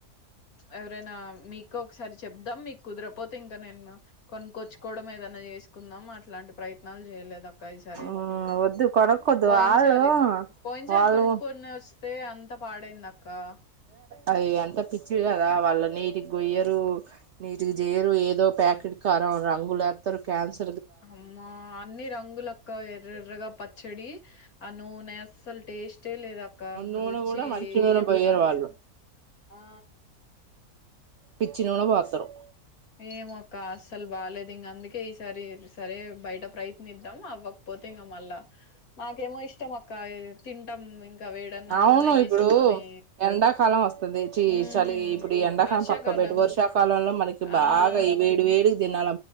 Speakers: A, on the left (about 70°); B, on the right (about 60°).
A: ఎవరైనా మీకు ఒకసారి చెప్దాం మీకు కుదరపోతే ఇంకా నేను కొనుక్కొచ్చుకోవడం ఏదైనా చేసుకుందాం అట్లాంటి ప్రయత్నాలు చేయలేదు ఈసారి
B: మ్మ్
A: ఇంకా
B: వద్దు కొనక్కొద్దు
A: పోయిన
B: వాళ్ళు
A: సారి పోయినసరి
B: వాళ్ళు
A: కొనుక్కని వ ే అంత పాడైంది నాకు క్క
B: అది ఎంత పిచ్చివి కదా వాళ్ళ నీటికి గయ్య న చే ఏదో పట్ కారం రు
A: అమ్మా అన్ని రంగులక్క ఎర్రెర్రగా పచ్చడి అ నూ నెస్సల్ టేస్ట్ వట్టే లేదు అక్క
B: నూనె
A: రుచి
B: కూడా మంచి నూనె
A: ఏం
B: పోయ్యరు
A: అర్లేదు
B: వాళ్ళు
A: ఆ
B: పిచ్చి నూనె పోతారు
A: ఏమ ఒక అసలు బాలేదు ఇంకా అందుకే ఈసారి సరే బయట ప్రయత్నిద్దాం అవ్వకపోతే ఇంకా మళ్ళా మాకేమో ఇష్టం అక్క తింటాం ఇంకా వేడన్నంలో
B: అవును
A: నెయ్యేసుకొని
B: ఇప్పుడు ఎండాకాలం వస్తుంది చ
A: మ్మ్
B: చలి ఇప్పుడు ఎండాకాలం
A: వర్షాకాలం
B: పక్క ఒకబటి వర్షాకాలంలో మనకి బాగా
A: ఆ
B: ఈ వేడి వేడి నా